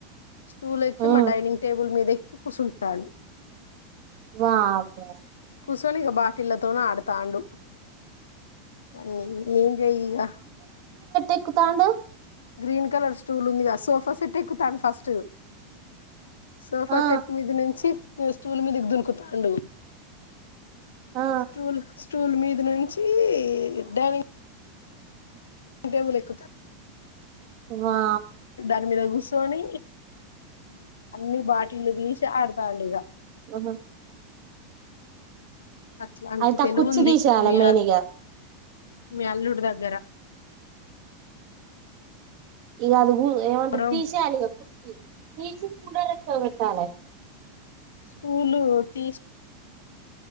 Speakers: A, on the left; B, on the right.
A: స్టూల్ ఎక్కి
B: ఉమ్
A: మా డైనింగ్ టేబుల్ మీద కుసుంటాండు
B: వా వా
A: కుసోనిగ బాటిళ్లతోన ఆడతాండు పన్నీ ఎం చెయఇగ
B: ఎక్కుతాండు
A: గ్రీన్ కలర్ స్టూల్ ఉందిగా సోఫా సెట్ ఎక్కుతాండు ఫస్ట్ సోఫా
B: ఆ
A: సెట్ మీద నుంచి ఫెస్టివల్ మీదికి దునుకుతాండు
B: ఆ
A: స్టూల్ స్టూల్ మీద నుంచి డైనింగ్ అడి వికు <unintelligible>
B: వా
A: దాని మీద కూర్చొని అన్నిీ బాటిలు తీసి ఆడతాండి ఇక
B: ఆహ
A: అట్లా అంటి
B: అయితే
A: తెలివు
B: ఆ కుర్చీ
A: ఉంది
B: తీసేయాలి
A: మీ
B: మెయిన్ ఇగ
A: మీ అల్లుడు దగ్గర
B: ఇలా అదు ఏమండ
A: రం
B: తీసైయాలిగ తీసి <unintelligible> పల ర స చాల
A: స్కూలు తీస్